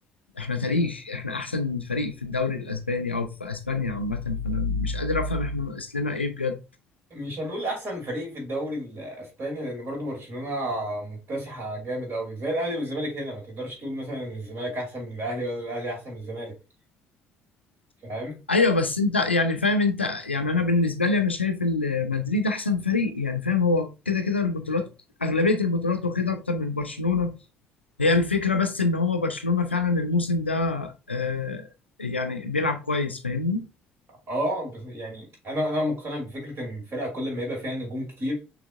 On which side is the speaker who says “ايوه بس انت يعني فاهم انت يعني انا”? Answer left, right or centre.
Left